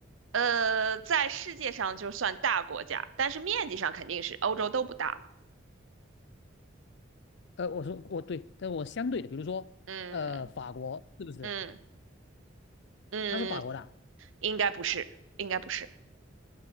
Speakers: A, on the right; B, on the left.
A: 呃，在世界上就算大国家，但是面积上肯定是欧洲都不大嘛。
B: 呃，我说我对，但我相对的，比如说呃，
A: 嗯
B: 法国是不是？
A: 嗯嗯，
B: 他是法国的啊
A: 应该不是，应该不是。